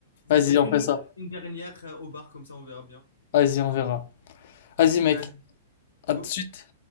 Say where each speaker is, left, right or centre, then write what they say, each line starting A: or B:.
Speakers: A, on the left (about 80°); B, on the left (about 55°).
A: Ça
B: Vas-y,
A: serait une,
B: on fait ça.
A: une dernière euh, au bar, comme ça, on verra bien.
B: Vas-y, on verra. Vas-y, mec.
A: Vas-y,
B: À
A: go.
B: tout de suite.